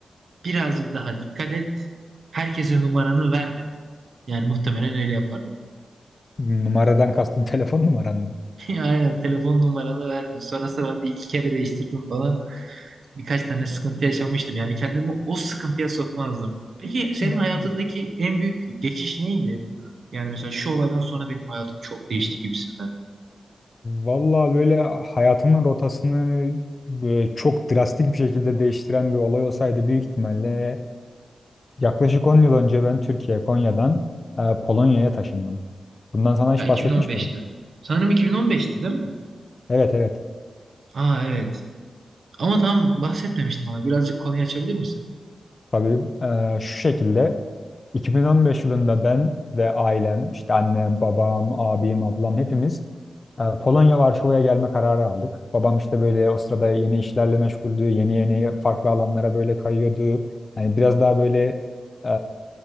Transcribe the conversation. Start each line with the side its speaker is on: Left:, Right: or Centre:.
Right: birazcık daha dikkat et. Herkese numaranı verme derdim. Yani muhtemelen öyle yapardım.
Left: Numaradan kastın telefon numaran
Right: <laughs> Aynen telefon numaranı verme. Sonrasında ben bir iki kere değiştirdim falan. Birkaç tane sıkıntı yaşamıştım. Yani kendimi o sıkıntıya sokmazdım. Peki senin
Left: mı?
Right: hayatındaki en büyük geçiş neydi? Yani mesela şu olaydan sonra benim hayatım çok değişti gibisinden.
Left: Vallahi böyle hayatımın rotasını e, çok drastik bir şekilde değiştiren bir olay olsaydı büyük ihtimalle yaklaşık 10 yıl önce ben Türkiye, Konya'dan e, Polonya'ya taşındım. Bundan sana hiç
Right: Ya 2015'te.
Left: bahsetmiş miydim?
Right: Sanırım 2015'ti değil mi?
Left: Evet evet.
Right: Aa evet. Ama tam bahsetmemiştim ona. Birazcık konuyu açabilir misin?
Left: Tabii e, şu şekilde 2015 yılında ben ve ailem, işte annem, babam, abim, ablam hepimiz e, Polonya Varşova'ya gelme kararı aldık. Babam işte böyle o sırada yeni işlerle meşguldü, yeni yeni farklı alanlara böyle kayıyordu. Hani biraz daha böyle e,